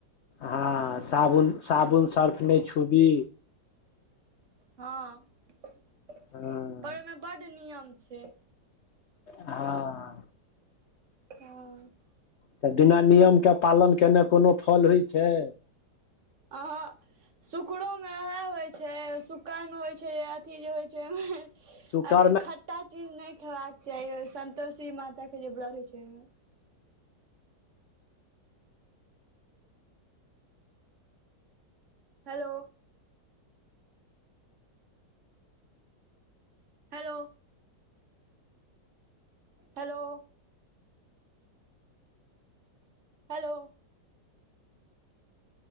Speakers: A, on the right; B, on the left.
A: हूँ
B: हँ साबुन साबुन सर्फ नहि छूबी
A: हँ पर
B: हँ
A: ओहिमे बड नियम छै
B: हँ
A: हँ
B: तऽ बिना नियमके पालन केने कोनो फल होइत छै
A: अहाँ शुकड़ोमे वएह होइत छै शुकड़मे होइ छै जे अथी जे होइ छै
B: शुकरमे
A: अथी खट्टा चीज नहि खेबाक चाही संन्तोषी माता के जे व्रत होय छै ओहिमे हेलो हेलो हेलो हेलो